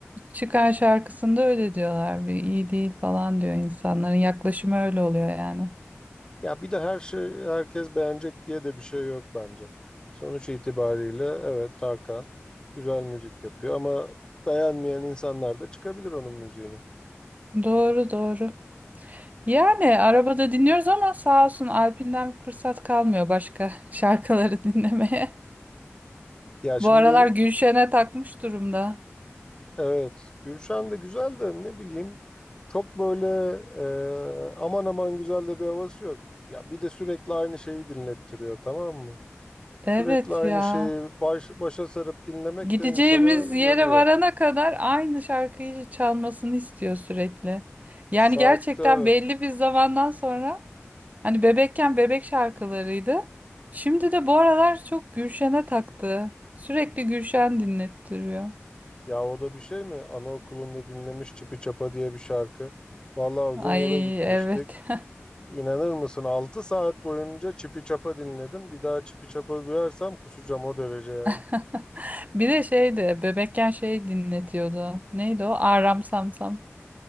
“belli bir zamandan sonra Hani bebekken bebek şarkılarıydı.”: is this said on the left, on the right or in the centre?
Right